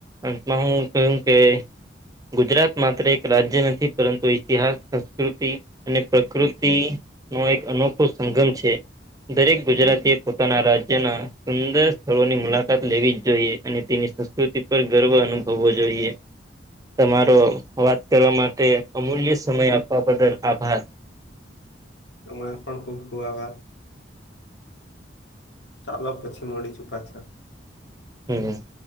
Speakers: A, on the right; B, on the left.
A: અંતમાં હું કહ્યું કે ગુજરાત માત્ર એક રાજ્ય નથી પરંતુ ઇતિહાસ સંસ્કૃતિ અને પ્રકૃતિ નો એક અનોખો સંગમ છે દરેક ગુજરાતી પોતાના રાજ્યના સુંદર સ્થળોની મુલાકાત લેવી જ જોઈએ અને તેની સંસ્કૃતિ પર ગર્વ અનુભવવો જોઈએ તમારો વાત કરવા માટે અમૂલ્ય સમય આપવા બદલ આભાર
B: તો મ પણ ખૂબ ખૂબા ચાલો પછી મળી ચુ પાછા
A: હમ હમ